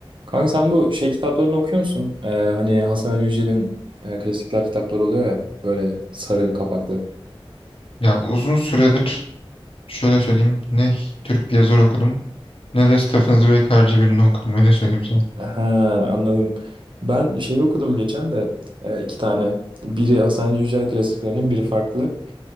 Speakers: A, on the right; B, on the left.
A: Kanka sen bu şey kitaplarını okuyor musun? Ee, hani Hasan Ali Yücel'in e, klasikler kitapları oluyor ya böyle sarı kapaklı.
B: Ya uzun süredir şöyle söyleyeyim ne Türk bir yazar okudum ne de Stephen Zweig'ci birini okudum öyle söyleyeyim sana.
A: Ha, anladım. Ben şeyi okudum geçen de e, iki tane. Biri Hasan Ali Yücel klasiklerinin biri farklı.